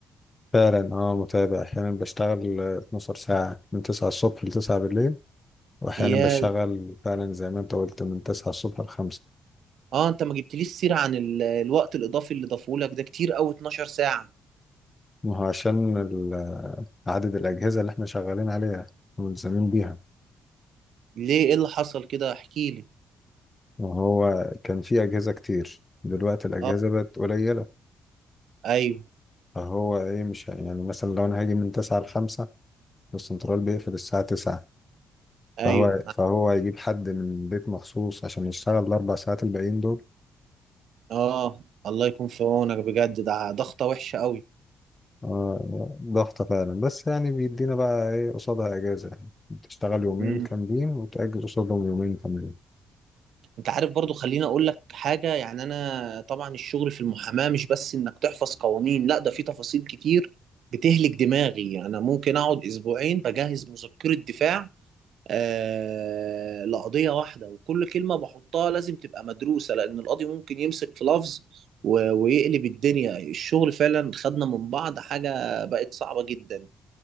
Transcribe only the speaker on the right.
يا
اه انت ما جبتليش سيرة عن ال- الوقت الاضافي اللي ضافولك ده كتير قوي 12 ساعة
ليه ايه اللي حصل كده احكي لي
اه
ايوه
ايوه
اه الله يكون في عونك بجد ده ضغطة وحشة
قوي
انت عارف برضو خليني اقول لك حاجة يعني انا طبعا الشغل في المحاماة مش بس انك تحفظ قوانين لا ده في تفاصيل كتير بتهلك دماغي انا ممكن اقعد اسبوعين بجهز مذكرة دفاع آه لقضية واحدة وكل كلمة بحطها لازم تبقى مدروسة لان القاضي ممكن يمسك في لفظ و- ويقلب الدنيا الشغل فعلا خدنا من بعض حاجة بقت صعبة جدا